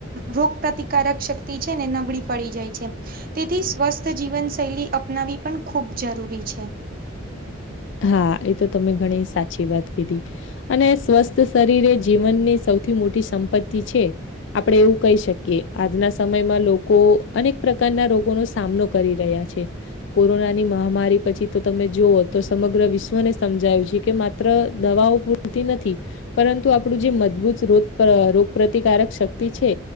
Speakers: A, on the right; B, on the left.
A: રોગ પ્રતિકારક શક્તિ છે ને નબળી પડી જાય છે. તેથી સ્વસ્થ જીવન શૈલી અપનાવી પણ ખૂબ જરૂરી છે.
B: હા એ તો તમે ઘણી સાચી વાત કીધી અને સ્વસ્થ શરીર એ જીવનની સૌથી મોટી સંપત્તિ છે. આપણેે એવું કહી શકીએ આજના સમયમાં લોકો અનેક પ્રકારના રોગોનો સામનો કરી રહ્યા છે. કોરોનાની મહામારી પછી તો તમે જુઓ તો સમગ્ર વિશ્વ <unintelligible> ને સમજાયું છે કે માત્ર દવાઓ પૂરતી નથી. પરંતુ આપણું જે મજબૂત રોગપ્ર અ રોગપ્રતિકારક શક્તિ છે